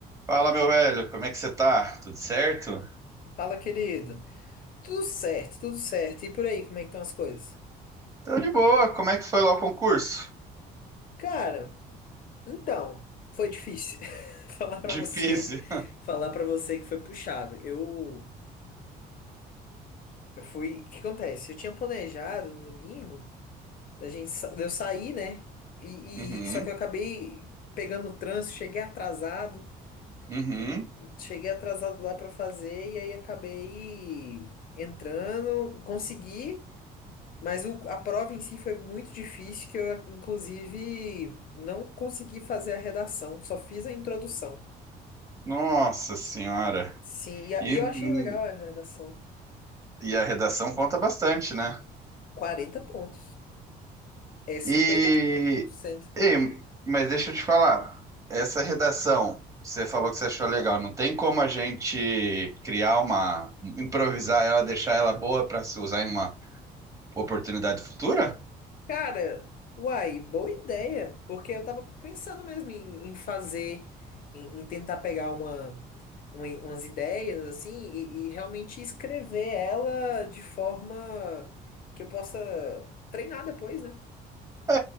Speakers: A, on the right; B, on the left.
A: Fala, meu velho, como é que você tá? Tudo certo?
B: Fala, querido. Tudo certo, tudo certo. E por aí, como é que estão as coisas?
A: Tô de boa, como é que foi lá o concurso?
B: Cara, então, foi difícil <laughs> falar pra
A: Difícil.
B: você,
A: <laughs>
B: falar para você que foi puxado. Eu, eu fui, o que acontece? Eu tinha planejado no domingo da gente sa- de eu sair, né? E,
A: Uhum,
B: e ir, só que eu acabei pegando o trânsito, cheguei atrasado,
A: uhum.
B: hum, cheguei atrasado lá pra fazer e aí acabei entrando, consegui Mas o- a prova em si foi muito difícil, que eu, inclusive, não consegui fazer a redação, só fiz a introdução.
A: Nossa senhora.
B: Sim, e, a-
A: E,
B: e eu achei legal a redação.
A: e a redação conta bastante, né?
B: quarenta pontos. É 50%.
A: E, ei, mas deixa eu te falar, essa
B: Ah.
A: redação, você falou que você achou legal, não tem como a gente criar uma, improvisar ela, deixar ela boa pra se usar em uma oportunidade futura?
B: Cara, uai, boa ideia. Porque eu tava pensando mesmo em, em fazer, em, em tentar pegar uma, uma- umas ideias, assim, e, e realmente escrever ela de forma que eu possa treinar depois, né?
A: É,